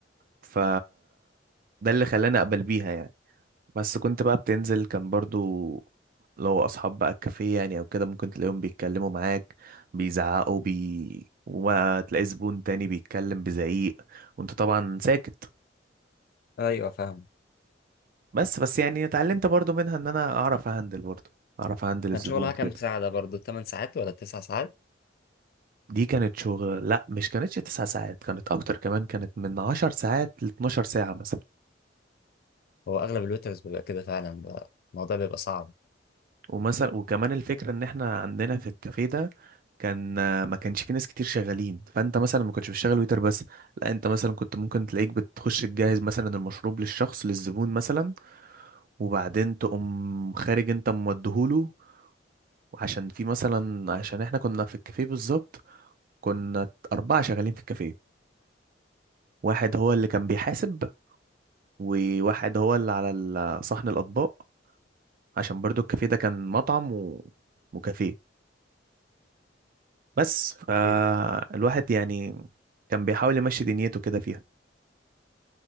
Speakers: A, on the right; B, on the left.
A: ف ده اللي خلاني اقبل بيها يعني بس كنت بقى بتنزل كان برضو لو اصحاب بقى الكافيه يعني او كده ممكن تلاقيهم بيتكلموا معاك بيزعقوا بي وما تلاقي زبون تاني بيتكلم بزعيق وانت طبعا ساكت
B: أيوه فاهم
A: بس بس يعني اتعلمت برضو منها ان انا اعرف اهندل برضو اعرف اهندل الزبون
B: كان شغلها
A: كده
B: كام ساعة ده برضه 8 ساعات ولا 9 ساعات؟
A: دي كانت شغل لا مش كانتش تسع ساعات كانت اكتر كمان كانت من عشر ساعات ل 12 ساعة مثلا
B: هو أغلب الويترز بيبقى كده فعلا بقى. الموضوع بيبقى صعب
A: ومثلا وكمان الفكرة ان احنا عندنا في الكافيه ده كان آه، ما كانش في ناس كتير شغالين فانت مثلا ما كنتش بتشتغل ويتر بس لا انت مثلا كنت ممكن تلاقيك بتخش تجهز مثلا المشروب للشخص للزبون مثلا وبعدين تقوم خارج انت موديهوله وعشان في مثلا عشان احنا كنا في الكافيه بالظبط كنا أربعة شغالين في الكافيه واحد هو اللي كان بيحاسب وواحد هو اللي على ال- صحن الأطباق عشان برضو الكافيه ده كان مطعم و... وكافيه بس فالواحد
B: إيه.
A: يعني كان بيحاول يمشي دنيته كده فيها